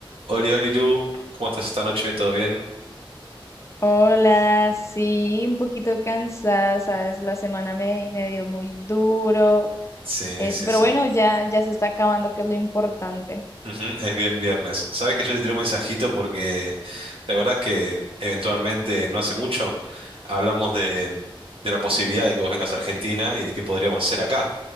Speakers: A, on the right; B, on the left.
A: Oli, Oli, Lu, ¿cómo estás esta noche? ¿Todo bien?
B: Hola, sí, un poquito cansada, sabes, la semana me, me dio muy duro,
A: Sí,
B: este,
A: sí,
B: pero
A: sí.
B: bueno, ya, ya se está acabando, que es lo importante.
A: Ujú, Es bien viernes. Sabes que yo te tiré un mensajito porque la verdad es que eventualmente, no hace mucho, hablamos de, de la posibilidad de que vos vengas a Argentina y de qué podríamos hacer acá,